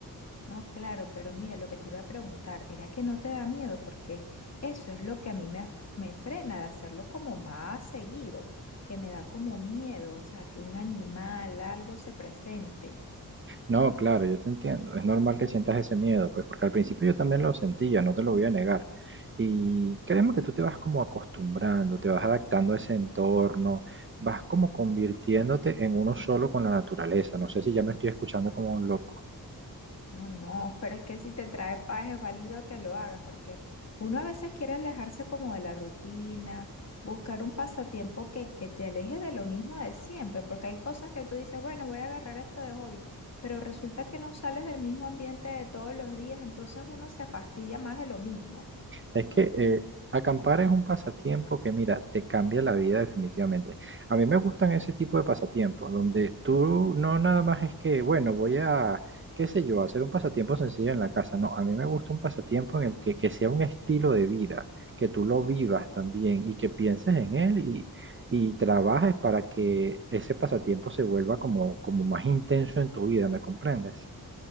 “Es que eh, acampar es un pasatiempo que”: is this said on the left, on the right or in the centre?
Right